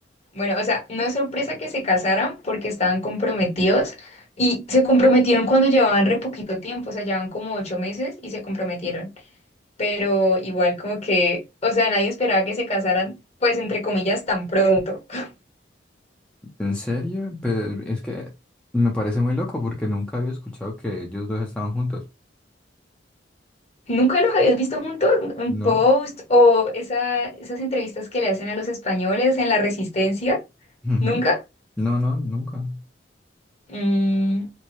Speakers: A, on the left (about 35°); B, in the centre.
A: Bueno, o sea, no es sorpresa que se casaran porque estaban comprometidos y se comprometieron cuando llevaban re poquito tiempo, o sea, llevaban como ocho meses y se comprometieron. Pero igual como que, o sea, nadie esperaba que se casaran, pues entre comillas, tan pronto. <laughs>
B: ¿En serio? Pero es que me parece muy loco porque nunca había escuchado que ellos dos estaban juntos.
A: ¿Nunca los habías visto juntos? ¿Un
B: No,
A: post o esa, esas entrevistas que le hacen a los españoles en La Resistencia?
B: ujú.
A: ¿Nunca?
B: No, no, nunca.
A: Mm,